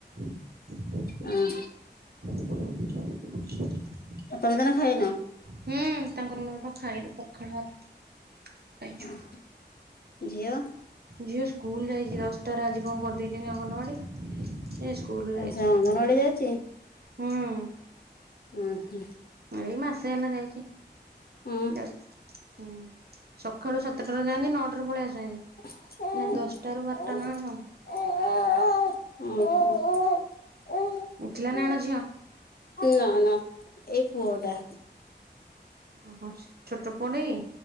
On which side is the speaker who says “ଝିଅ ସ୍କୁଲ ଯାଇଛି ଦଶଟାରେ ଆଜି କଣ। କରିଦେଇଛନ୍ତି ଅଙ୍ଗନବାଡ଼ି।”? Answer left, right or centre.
Right